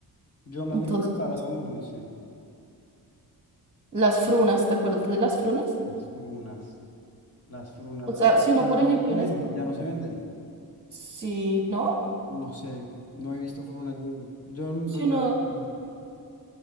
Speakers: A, on the left (about 40°); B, on the right (about 15°).
A: Yo a mí
B: Entonces,
A: me encantaba las bombón, sí.
B: las frunas, ¿te acuerdas de las frunas?
A: Las frunas, las frunas,
B: O
A: la-
B: sea, si uno,
A: ya
B: por
A: no
B: ejemplo,
A: se venden,
B: en es-
A: ya no se venden.
B: si no,
A: No sé, no he visto Furuna. Yo, yo n-
B: si
A: pues
B: uno,
A: ya no. juego.